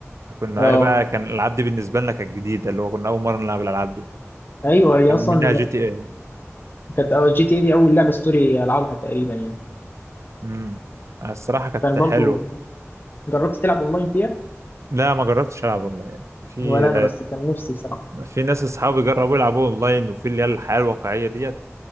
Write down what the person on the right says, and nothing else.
كنا
ايه بقى كان الالعاب دي بالنسبه لنا كانت جديده اللي هو كنا اول مره نلعب الالعاب دي
كان
منها جي تي اي
امم الصراحه كانت
حلوه
لا ما جربتش العب اونلاين في
في ناس اصحابي جربوا يلعبوا اونلاين وفي اللي هي الحياه الواقعيه ديت